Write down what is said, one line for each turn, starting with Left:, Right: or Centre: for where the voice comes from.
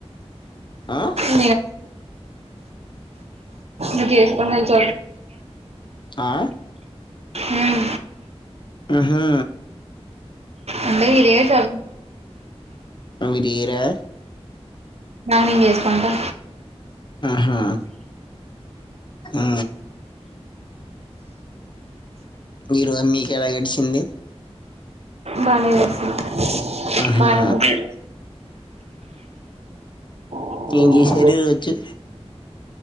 Left: ఆ
Right: నేను- ఇ కేసు పన్న చ
Left: ఆ
Right: మ్
Left: ఆహా
Right: అంటే విర చ
Left: అవి తీయరా
Right: స్నానం చేస్కుంటా
Left: ఆహా అ మీరు మీకు ఎలా గడిచింది
Right: బానే వేసి <unintelligible>
Left: ఆహా
Right: చేస్తున్నా
Left: ఇక శరీర్ వచ్చు